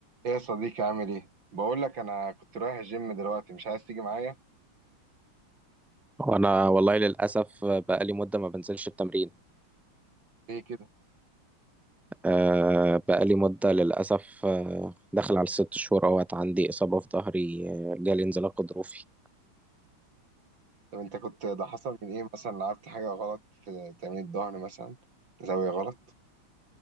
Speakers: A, on the right; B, in the centre.
A: ايه يا صديقي عامل ايه؟ بقول لك انا كنت رايح الجيم دلوقتي مش عايز تيجي معايا؟
B: وانا والله للاسف بقالي مده ما بنزلش التمرين
A: ليه كده؟
B: آه، بقالي مده للاسف آه، داخل على الست شهور اهوت عندي اصابه في ظهري آه، جالي انزلاق غضروفي
A: طب انت كنت ده حصل من ايه مثلا لعبت حاجة غلط في تمرين الظهر مثلا؟ زاوية غلط؟